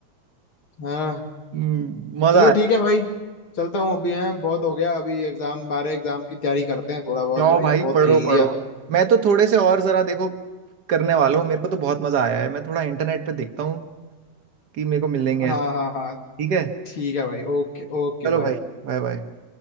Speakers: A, on the left (about 40°); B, on the right (about 45°).
A: हाँ
B: हम्म, मजा
A: चलो
B: आया
A: ठीक है भाई चलता हूँ अभी हैं बहुत हो गया अभी एग्जाम हमारे एग्जाम की तैयारी करते हैं थोड़ा बहुत
B: जाओ
A: भाई
B: भाई
A: बहुत
B: पढ़ो
A: खेल
B: पढ़ो
A: लिया
B: मैं तो थोड़े से और जरा देखो करने वाला हूँ मेरे को तो बहुत मजा आया है मैं थोड़ा इंटरनेट पे देखता हूँ कि मेरे को मिलेंगे
A: हाँ
B: ऐसे
A: हाँ हाँ
B: ठीक है
A: ठीक है भाई ओके ओके
B: चलो
A: बाय
B: भाई बाय बाय